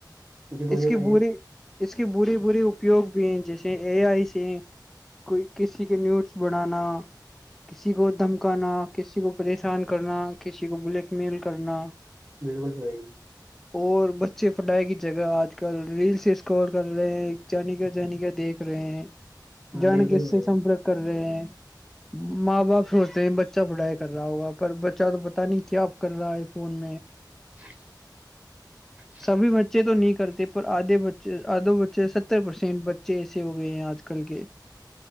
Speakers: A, on the right (about 20°); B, in the centre.
A: جی بولیے
B: اس کے
A: بھائی
B: بورے
A: جان
B: اس کی بری بری اپیوگ بھی ہیں جیسے اے آئی سے کوئی کسی کے نیوٹس بڑھانا کسی کو دھمکانا کسی کو پریشان کرنا کسی کو بلیک میل کرنا
A: بالکل بھائیی
B: اور بچے پٹائی کی جگہ آج کل ریلس اسکور کر رہے ہیں جان کا جانے کا دیکھ رہے ہیں
A: ہاں
B: جان
A: بالکل
B: کس
A: بھائی
B: سے
A: جان
B: سمپرک کر رہے ہیں ماں باپ سوچتے ہیں بچہ پڑھائی کر رہا ہوگا پر بچہ تو پتا نہیں کیا کر رہا ہے فون میں
A: <inaudible>
B: سبھی بچے تو نہیں کرتے پر آدھے بچے آدھو بچے ستر پرسینٹ بچے ایسے ہو گئے ہیں آج کل کے <unintelligible>